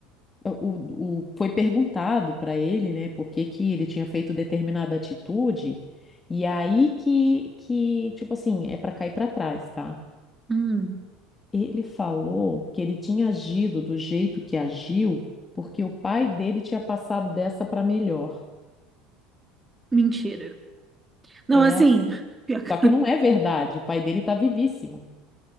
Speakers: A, on the left; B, on the right.
A: o, o- foi perguntado para ele, né, por que que ele tinha feito determinada atitude, e aí que, que tipo assim, é para cair para trás, tá?
B: Hum,
A: Ele falou que ele tinha agido do jeito que agiu porque o pai dele tinha passado dessa para melhor.
B: mentira. Não,
A: É,
B: assim, <laughs> pior que-
A: só que não é verdade, o pai dele tá vivíssimo.